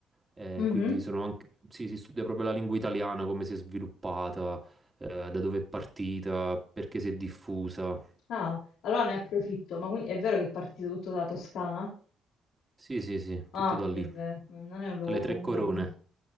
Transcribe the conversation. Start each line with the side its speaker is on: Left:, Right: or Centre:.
Right: eh,
Left: Mhm.
Right: quindi sono anche, sì, si studia proprio la lingua italiana, come si è sviluppata, eh, da dove è partita, perché si è diffusa.
Left: Ah, allora ne approfitto. Ma quindi è vero che è partito tutto dalla Toscana?
Right: Sì, sì, sì,
Left: Ah,
Right: tutto da
Left: quindi
Right: lì.
Left: è vero, non è un luogo
Right: Le tre
Left: comune,
Right: corone.
Left: quindi.